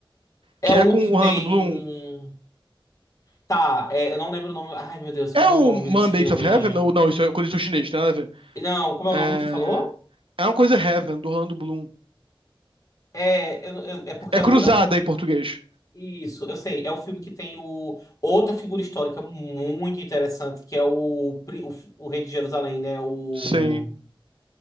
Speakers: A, on the left; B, on the right.
A: É
B: que
A: o
B: é com
A: que
B: o Orlando
A: tem.
B: Bloom.
A: Tá, é, eu não lembro o nome. Ai, meu Deus,
B: É
A: como
B: o
A: é o nome
B: Mandates
A: desse filme?
B: of Heaven? Ou não, isso é coisa de chinês, tem nada a ver.
A: Não, como é
B: É,
A: o nome que tu falou?
B: é uma coisa Heaven, do Orlando Bloom.
A: É, eu- eu- é porque
B: É
A: é
B: Cruzada
A: o, é o filme que.
B: em português.
A: Isso, eu sei. É o filme que tem o, outra figura histórica muito interessante, que é o, pri- o, f- o Rei de Jerusalém, né? O.
B: Sim.